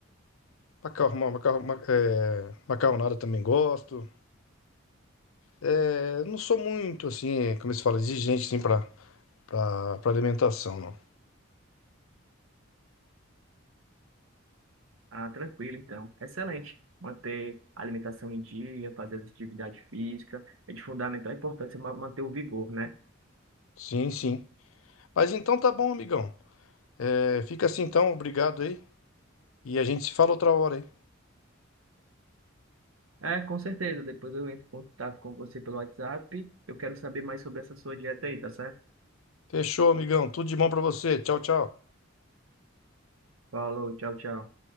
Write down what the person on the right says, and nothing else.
Ah, tranquilo, então. Excelente. Manter a alimentação em dia, fazer atividade física, é de fundamental importância ma- manter o vigor, né?
É, com certeza. Depois eu entro em contato com você pelo WhatsApp. Eu quero saber mais sobre essa sua dieta aí, tá certo?
Falou, tchau, tchau.